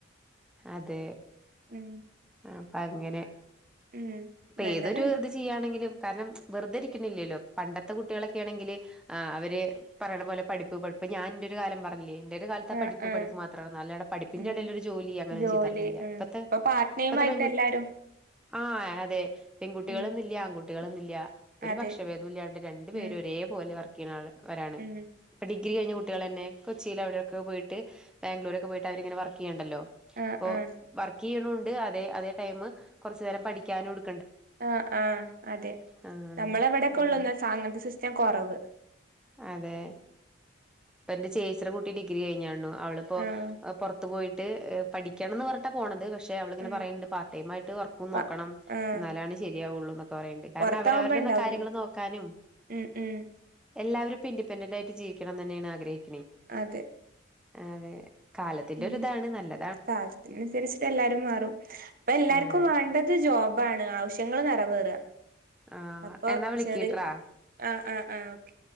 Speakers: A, in the centre; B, on the right.
A: അതെ
B: ഉം
A: അപ്പ അങ്ങനെ
B: ഉം
A: അപ്പൊ
B: നല്ലതാണ്
A: ഏതൊരു ഇത് ചെയ്യയാണെങ്കിലും കാരണം വെറുതെ ഇരിക്കണില്ലല്ലോ പണ്ടത്തെ കുട്ടികളൊക്കൊണെങ്കിൽ ആ അവര് പറയണ പോലെ പഠിപ്പ് ഇപ്പൊ ഞൻന്റെറെ ഒരു കാലം പറില്ല എന്റെറെ കാലത്തെ
B: ആ
A: പഠിപ്പ്
B: ആ
A: പഠിപ് മാത്രമാണ് അല്ല പഠപ്പിന്റെ
B: ഉം
A: ഇടൽ ഒരു ജോലി അങ്ങനും
B: ജോലി
A: ചെയ്ർന്നില്ല
B: ഉം
A: ഇപ്പത്തെ
B: ഇപ്പൊ പാർട്ട് ടൈം
A: ഇത്തെ
B: ആയിട്ട്
A: പെ
B: എല്ലാരും
A: ആ അതെ പെൺകുട്ടികളന്ന
B: ഉം
A: ഇില്ല ആൺകുട്ടികളന്ന ഇില്ല ഒരു
B: അതെ
A: പക്ഷ വേദമ ഇില്ലാണ്ട് രണ്ടു
B: ഉം
A: പേര് ഒരേ പോോലെ അവർക്ക് വരാണ്
B: ഉം
A: ഇപ്പ ഡിഗ്രി കഴിഞ്ഞ കുട്ടികൾ തന്നെ കൊചിയിൽ അവിടെൊക്കെ പോയിട്ട് ബാംഗ്ലൂൊക്കെ പോയിട്ട് അവരിങ്ങെ വർക്ക് ചെയ്യണ്ടല്ലോ
B: ആഹ്
A: ഇപ്പൊ
B: ആഹ്
A: വർക്ക് ചെയ്യണണ്ട് അതെ അതേ ടൈം കൊറച്ചു നേരം പഠിക്കാനുംടു
B: ആ ആഹ അതെ
A: ആഹ്
B: നമ്മള എവിടെൊക്കെ
A: അങ്ങനെ
B: ഉള്ളുന്ന സാങ്കത സിസ്റ്റം കുറവ്
A: അതെ ഇപ്പ എന്റെ ചേചിന്റെ കുട്ടി ഡിഗ്രി കഴിഞ്ഞാുണ അവളിപ്പോ
B: ആഹ്
A: പുറത്തു പോയിട്ട് പഠിക്കണംന്ന് പറഞ്ഞിട്ടാ പോണത് പക്ഷെ പക്ഷേ അവളിങ്ങന
B: ഉം
A: പറയുന്നുണ്ട് പാർട്ട് ടൈം ആട്ട് വർക്ക്ുംന്ന്
B: പ
A: നോക്കണം
B: ആഹ്
A: എന്നാലാണ് ശരിയാവുള്ളൂ കുറണ്ട് കാരണം
B: പൊറത്താവുമ്പോ
A: അവരവരുടെന്ന
B: ഇണ്ടാവേ
A: കാര്യങ്ങള് നോക്കാനും
B: ഉം ഉം
A: എല്ലാവും ഇഡിപൻറ ആയി് ജീവണംമ തന്നെയാണ്ഗഹം
B: അതെ
A: അതെ കാലത്തിന്റെ
B: ഉം
A: ഒ ഇതാണ് നല്ലത്
B: കാലത്തിനനുസരിച്ചിട്ട് എല്ലാരും മാറും അപ്പ എല്ലാർക്കും
A: അതെ
B: വേണ്ടത് ജോബാണ് ആവശ്യ പങ്ങൾ നിറവേറ
A: ആഹ്
B: അപ്പൊ
A: എന്നാ വിളിക്കിട്രാ
B: ശരി ആ ആഹ ആഹ ഓെ